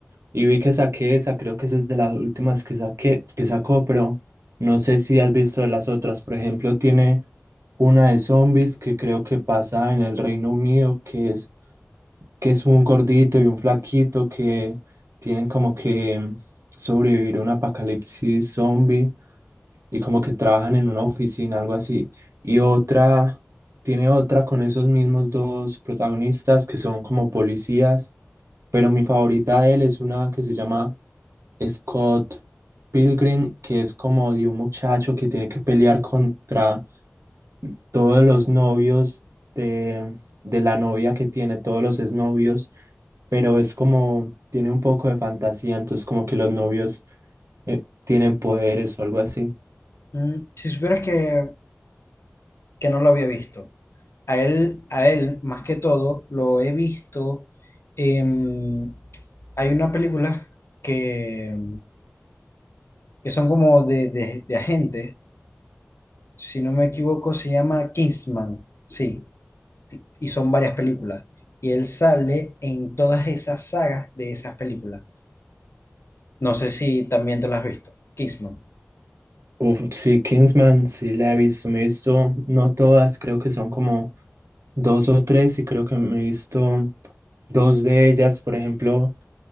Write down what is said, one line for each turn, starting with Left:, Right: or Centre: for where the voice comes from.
Right: Y vi que saqué esa, creo que esa es de las últimas que saqué, que sacó, pero no sé si has visto las otras. Por ejemplo, tiene una de zombies que creo que pasa en el Reino Unido, que es, que es un gordito y un flaquito que tienen como que sobrevivir a un apocalipsis zombie y como que trabajan en una oficina, algo así. Y otra, tiene otra con esos mismos dos protagonistas que son como policías, pero mi favorita de él es una que se llama Scott Pilgrim, que es como de un muchacho que tiene que pelear contra todos los novios de, de la novia que tiene, todos los exnovios, pero es como, tiene un poco de fantasía, entonces como que los novios eh, tienen poderes o algo así.
Left: Mm, Si supieras que, que no lo había visto. A él, a él, más que todo, lo he visto. em, hay unas películas que, que son como de, de, de agentes si no me equivoco, se llama Kingsman, sí, ti- y son varias películas. Y él sale en todas esas sagas de esas películas. No sé si también te las has visto, Kingsman.
Right: Uf, sí, Kingsman, sí la he visto, me he visto, no todas, creo que son como dos o tres y creo que me he visto dos de ellas, por ejemplo,